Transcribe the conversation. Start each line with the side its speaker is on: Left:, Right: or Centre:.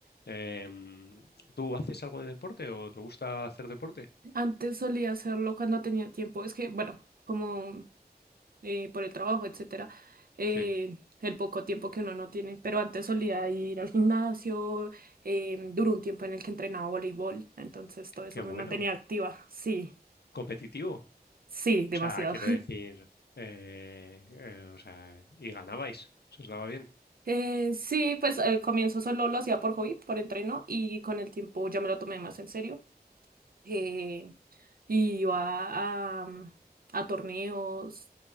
Left: Em, ¿tú haces algo de deporte o te gusta hacer deporte?
Right: antes solía hacerlo cuando tenía tiempo, es que, bueno, como... eh, por el trabajo, etcétera, eh,
Left: Sí,
Right: el poco tiempo que uno no tiene. Pero antes solía ir al gimnasio, eh, duró un tiempo en el que entrenaba voleibol, entonces todo eso
Left: qué
Right: me
Left: bueno.
Right: mantenía activa. Sí,
Left: competitivo.
Right: sí, demasiado.
Left: O sea, quiero
Right: <laughs>
Left: decir, eh, eh, o sea, y ganabais, se os daba bien.
Right: Eh, sí, pues al comienzo solo lo hacía por hobby, por entreno, y con el tiempo ya me lo tomé más en serio. Eh, y iba a, a torneos,